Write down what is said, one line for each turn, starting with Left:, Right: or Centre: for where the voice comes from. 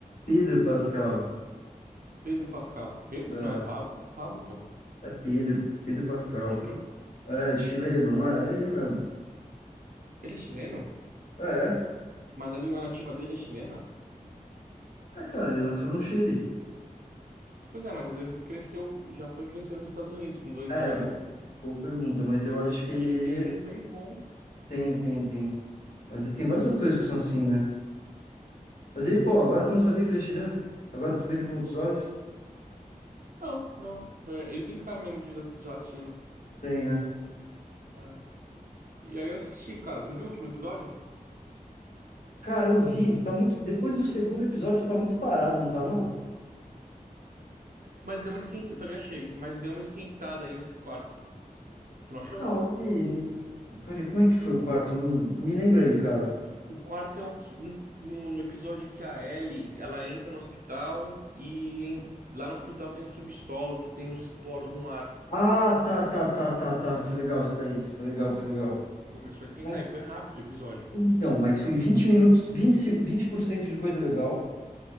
Left: Pedro Pascal.
Right: É, Pedro Pascal. Pedro?
Left: É,
Right: Não, é Pablo, é Pablo, pô.
Left: é Pedro, Pedro Pascal.
Right: Pedro?
Left: É, é chileno, não é? É ele mesmo.
Right: Ele é chileno?
Left: É, é,
Right: Mas a língua nativa dele é chilena?
Left: É, cara, ele nasceu no Chile.
Right: Pois é, mas às vezes cresceu, já foi crescer nos Estados Unidos com dois
Left: É,
Right: anos,
Left: bo- boa pergunta, mas eu acho que
Right: porque
Left: ele,
Right: ele
Left: ele
Right: tem um inglês
Left: é-
Right: bom.
Left: tem, tem, tem. Mas ele tem vários atores que são assim, né? Mas ele, pô, agora tu não sabia que ele é chileno? Agora tu vê ele com outros olhos?
Right: Não, não. É, ele tem cara mesmo de, lat- de latino.
Left: Tem, né?
Right: É. E aí eu assisti, cara. Tu viu o último episódio?
Left: Cara, eu vi, tá muito. Depois do segundo episódio, tá muito parado, não tá, não?
Right: Mas deu uma esquentada, eu também achei, mas deu uma esquentada aí nesse quarto. Tu não achou,
Left: Não,
Right: não?
Left: eu vi. Peraí, como é que foi o quarto mesmo? Me lembra aí, cara.
Right: O quarto é o que em- no, no episódio que a Ellie, ela entra no hospital e em- lá no hospital tem um subsolo que tem os esporos no ar.
Left: Ah, tá, tá, tá, tá, tá. Foi legal isso daí. Foi legal, foi legal.
Right: Começou a esquentar
Left: Mas
Right: e foi rápido o episódio.
Left: então, mas foi 20 minutos, 20 se- 20% de coisa legal,